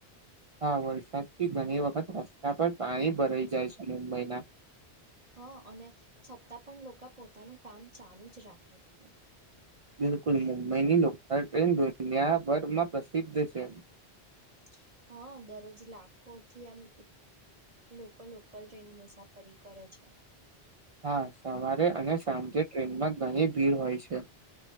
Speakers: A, on the right (about 55°); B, on the right (about 35°).
A: હા વરસાદથી ઘણી વખત રસ્તા પર પાણી ભરાઈ જાય છે મુંબઈમાં
B: હ અને છતાં પણ લોકો પોતાનું કામ ચાલુ જ રાખે છે
A: બિલકુલ મુંબઈની લોકલ ટ્રેન દુનિયાભરમાં પ્રસિદ્ધ છે
B: <inaudible> હ દરરોજ લાખોથી આમ <inaudible> ટ્રેન મુસાફરી કરે છે
A: હા સવારે અને સાંજે ટ્રેનમાં ઘણી ભીડ હોય છે